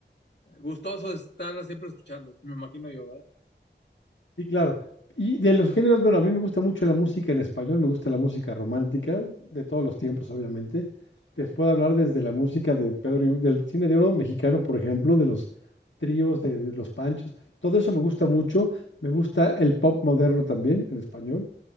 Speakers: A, on the left; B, on the left.
A: gustoso estarla siempre escuchando, me imagino yo,
B: Sí, claro. Y de los géneros, bueno, a mí me gusta mucho la música en español, me gusta la música romántica, de todos los tiempos, obviamente. Te puedo hablar desde la música de Pedro, I- del cine de oro mexicano, por ejemplo, de los tríos, de los panchos. Todo eso me gusta mucho. Me gusta el pop moderno también, en español.